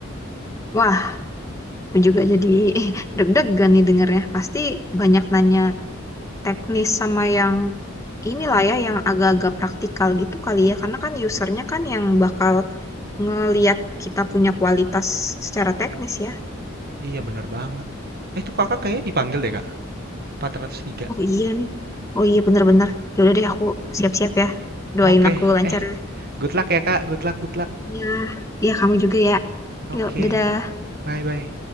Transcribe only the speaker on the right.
Iya bener banget. Eh itu kakak kayaknya dipanggil deh kak. 403.
Oke,
eh
good luck ya kak. Good luck, good luck.
Oke,
bye bye.